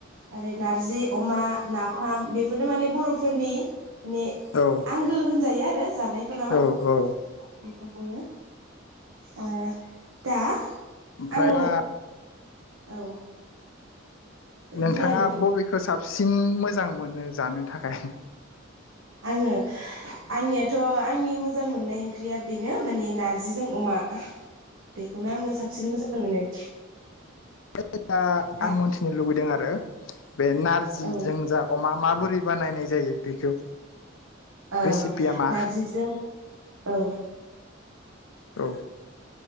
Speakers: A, on the right (about 80°); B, on the left (about 75°).
A: आरो नारजि अमा नाफाम बेफोरनो माने बर'फोरनि ने
B: औ
A: आंगो होनजायो आरो जानायफोराव
B: औ औ
A: बेफोरखौनो ओ दा
B: ओमफ्राय
A: आं
B: हा
A: औ दे
B: नोंथाङा
A: बुंलाय
B: बबेखौ साबसिन मोजां मोनो जानो थाखाय?
A: आङो आंनियाथ' आंनि मो जां मोननाय ओंख्रिया बेनो माने नारजिजों अमा। बेखौनो आङो साब सिन मोजां मोनो।
B: <unintelligible>
A: दा
B: आं मोनथिनो लुबैदों आरो बे नारजि
A: औ
B: जोंजा अमा माबोरै बानायनाय जायो बेखौ?
A: औ
B: रेसिपिया मा
A: नारजिजों औ
B: औ